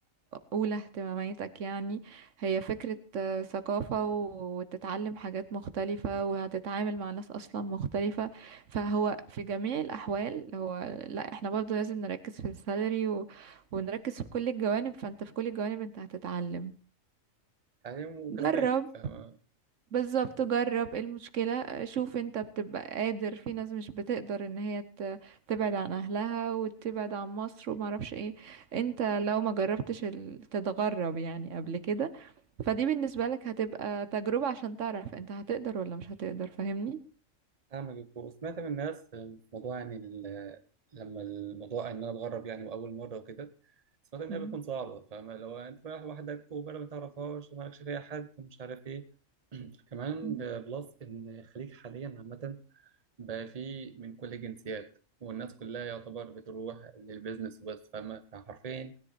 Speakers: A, on the right; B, on the right.
A: اولى اهتماماتك يعني هي فكرة آه، ثقافة و- وتتعلم حاجات مختلفة وهتتعامل مع ناس اصلا مختلفة فهو في جميع الاحوال هو لا احنا برضو لازم نركز في السالري و... ونركز في كل الجوانب فانت في كل الجوانب انت هتتعلم
B: حاليا وكسبان
A: جرب
B: فاهم
A: بالظبط جرب إيه المشكلة شوف انت بتبقى قادر في ناس مش بتقدر ان هي ت- تبعد عن اهلها وتبعد عن مصر ومعرفش ايه انت لو ما جربتش ال- تتغرب يعني قبل كده فدي بالنسبة لك هتبقى تجربة عشان تعرف انت هتقدر ولا مش هتقدر فاهمني
B: أعمل الكورة سمعت من الناس في موضوع يعني ال- لما الموضوع إن أنا أتغرب يعني وأول مرة وكده سمعت إن
A: مم.
B: هي بتكون صعبة فاهم لو أنت رايح وحدك وبلد ما تعرفهاش ومالكش فيها حد ومش عارف إيه <clears throat> كمان
A: مم.
B: ده بلس إن الخليج حاليا عامة بقى فيه من كل الجنسيات والناس كلها يعتبر بتروح للبيزنس وبس فاهمة فحرفيا